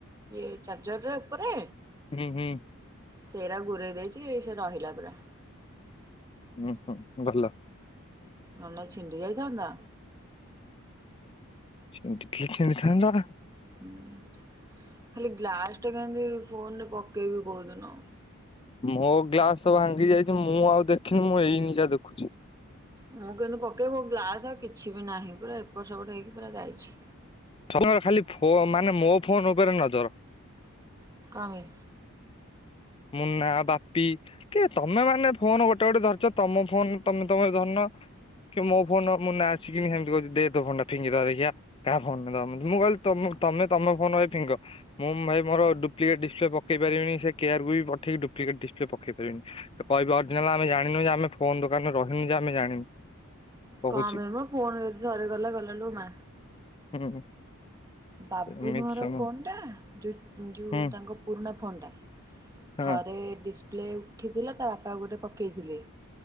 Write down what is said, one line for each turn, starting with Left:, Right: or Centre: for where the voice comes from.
Right: ଇଏ ଚାର୍ଜରରେ ଉପରେ।
Left: ହୁଁ ହୁଁ।
Right: ସେଇରା ଗୁରେଇ ଦେଇଛି ସେ ରହିଲା ପୁରା।
Left: ଉଁ ହୁଁ ଭଲ।
Right: ନହେଲେ ନାଇଁ ଛିଣ୍ଡି ଯାଇଥାନ୍ତା।
Left: ସେମିତି ଟିକେ ଛିଡିଥାନ୍ତା।
Right: ହୁଁ ଖାଲି ଗ୍ଲାସ ଟେ କେମତି ଫୋନ ରେ ପକେଇବି କୋଉଦିନ?
Left: ମୋ ଗ୍ଲାସବ ଭାଙ୍ଗି ଯାଇଛି ମୁଁ ଆଉ ଦେଖିନି ମୁଁ ଏଇନିକା ଦେଖୁଛି।
Right: ମୁଁ କହିନି ପକାଇବ ମୋ ଗ୍ଲାସ୍ ଆଉ କିଛି ବି ନାହିଁ ପୁରା ଏପଟ ସେପଟ ହେଇକି ପୁରା ଯାଇଛି।
Left: ତମର ଖାଲି ଫ ମାନେ ମୋ ଫୋନ ଉପରେ ନଜର
Right: କପାଇଁ
Left: ମୁନା ବାପି କି ତମେ ମାନେ ଫୋନ ଗୋଟେ ଗୋଟେ ଧରିଛ ତମ ଫୋନ ତମେ ତମେ ଧରନ କି ମୋ ଫୋନ ମୁନା ଆସିକି ସେମିତି କହୁଛି ଦେ ତୋ ଫୋନ ଟା ଫିଙ୍ଗିଦବା ଦେଖିଆ, କାହା ଫୋନ <unintelligible> ତମେ ତମ ଫୋନ ଭାଇ ଫିଙ୍ଗ, ମୁଁ ଭାଇ ମୋର ଡୁ ପ୍ଲିକେଟ ଡିସପ୍ଲେ ପକେଇ ପାରିବିନି ସେ କୋରକୁ ବି ପଠେଇ ଡପ୍ଲିକଟ ସପ୍ଲେ ପେଇ ପାରନି ସେ କିବେ ଅରିଜିନାଲ ଆେ ଜାଣିନୁ ଯେ ଆମେ ଫୋନ ଦୋକାନ ରହନୁ ଆମେ ଜାଣିନୁ କହୁଛି।
Right: କଣ ପାଇଁ ମ ଫୋନ ଯଦି ଥରେ ଗଲା ଗଲାଲୋ ମା
Left: ହୁଁ
Right: ବାବୁନୁଁ
Left: ଏମିତି
Right: ଘର
Left: ସବୁ
Right: ଫୋନ୍ଟା, ଯେଉଁ
Left: ହୁଁ
Right: ତାଙ୍କ ପୁରୁଣା ଫୋନ୍ଟା
Left: ହଁ
Right: ଥରେ ଡିସପ୍ଲେ ଉଠିଥିଲା ତା ବାପା ଗୋଟେ ପକେଇଥିଲେ